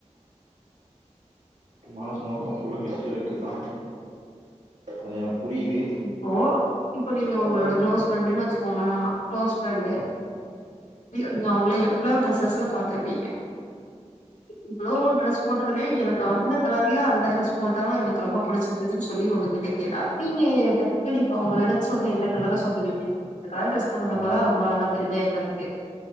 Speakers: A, on the right; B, on the left.
A: மனசு நோகாம சொல்ல விஷய இருக்குதா அது எனக்கு புரியுது
B: இப்போ இப்போ நீங்க
A: சொல்லக்கூடாது
B: உங்களோட க்ளோஸ் ஃப்ரெண்டு வச்சு கோங்க நா க்ளோஸ் ஃப்ரண்டு நீங்க அவங்கள எவ்ளோ டிரெஸஸ்ல பாத்துருப்பீங்க இவ்வளோ டிரெஸ் போட்டதுல எனக்கு அந்த கலர்ல அந்த ட்ரெஸ் போட்டாதா எனக்கு ரொம்ப பிடிச்சிருந்ததுன்னு சொல்லி உங்ககிட்ட கேட்டா நீங்க டக்குன்னு இப்ப அவங்க நினைச்ச உடனே எந்த கலர சொல்லுவீங்க இந்த கலர் ட்ரெஸ் போட்டந்ருப்பதா
A: ம்,
B: ரொம்ப அழகா தெரியுது இப்ப எனக்கு